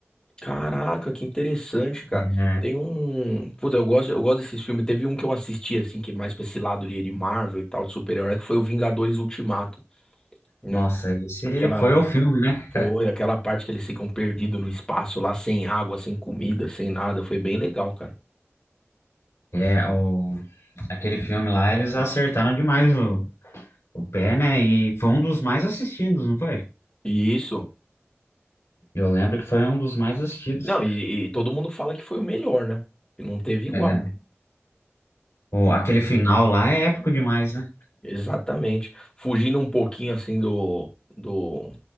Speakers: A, on the left (about 20°); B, on the left (about 80°).
A: Caraca, que interessante, cara.
B: É,
A: Tem um. Puta, eu gosto, eu gosto desses filmes. Teve um que eu assisti, assim, que é mais pra esse lado de, de Marvel e tal, de super-herói, que foi o Vingadores Ultimato, né?
B: nossa, esse
A: Aquela.
B: foi o filme, né?
A: Foi aquela parte que eles ficam perdidos no espaço lá, sem água, sem comida, sem nada. Foi bem legal, cara.
B: É, o, aquele filme lá, eles acertaram demais o, o pé, né? E foi um dos mais assistidos, não foi?
A: E isso.
B: Eu lembro que foi um dos mais assistidos.
A: Não, e, e todo mundo fala que foi o melhor, né? Que não teve igual.
B: É, o, aquele final lá é épico demais, né?
A: Exatamente. Fugindo um pouquinho, assim, do. Do.